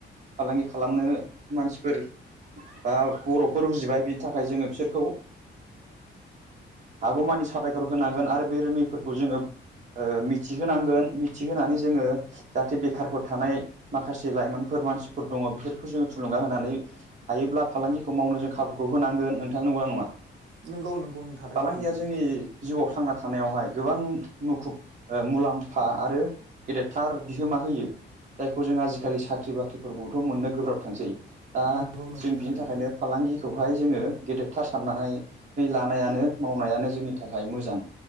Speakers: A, on the right (about 40°); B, on the right (about 85°).
A: फालांगि खालामनो मानसिफोर बा बरफोर उजिबाय बिनि थाखाय जोङो बिसोरखौ ओ हागौमानि साबायखर होनांगोन आरो बे रोङैफोरखौ जोङो ओ मिथिहोनांगोन मिथिहोनानै जोङो जाहाथे बेखारफोर थानाय माखासे लाइमोनफोर मानसिफोर दङ। बेफोरखौ जोङो थुलुंगा होनानै हायोब्ला फालांगिखौ मावनो जों खाबुखौ होनांगोन। नोंथां नंगौना नङा?
B: नोंगौ नोंगौ थारैनो
A: फालांगिया
B: नोंथां
A: जोंनि जिउआव थांना थानायावहाय गोबां मुखुब ओ मुलाम्फा आरो गेदेरथार बिहोमा होयो। जायखौ जों आजिखालि साख्रि बाख्रिफोरखौबोथ मोननो गोब्राब थांसै दा
B: नोंगौ नोंथां
A: जों बिनि
B: थारैनो
A: थाखायनो फालांगिखौहाय जोङो गेदेर थार सारनानै लानायानो मावनायानो जोंनि थाखाय मोजां।